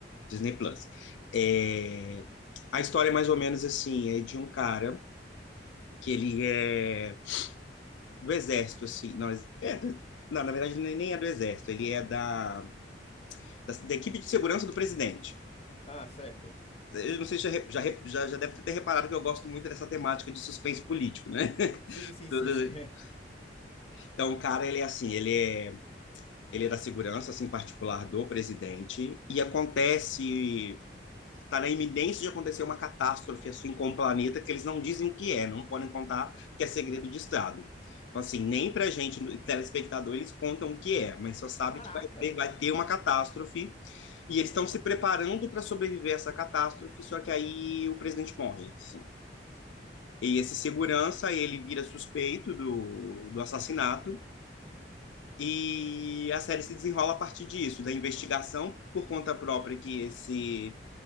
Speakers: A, on the left; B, on the left.
A: Disney Plus. É, A história é mais ou menos assim, é de um cara que ele é do Exército, assim. Nós, é, não, na verdade, nem nem é do Exército, ele é da, da, da equipe de segurança do presidente.
B: Ah, certo.
A: Eu não sei se já, re- já, re- já, já deve ter reparado que eu gosto muito dessa temática de suspense político, né? <laughs>
B: Sim, sim, sim, sim. <laughs> é.
A: Então, o cara, ele é assim, ele é, ele é da segurança, assim, particular do presidente, e acontece está na iminência de acontecer uma catástrofe assim com o planeta que eles não dizem o que é, não podem contar que é segredo de Estado. Então, assim, nem para a gente, telespectador, eles contam o que é, mas só sabe
B: Caraca.
A: que vai ter, vai ter uma catástrofe e eles estão
B: Ah,
A: se preparando para sobreviver a essa catástrofe, só que
B: ah.
A: aí o presidente morre. assim. E esse segurança, ele vira suspeito do, do assassinato, e a série se desenrola a partir disso, da investigação por conta própria que esse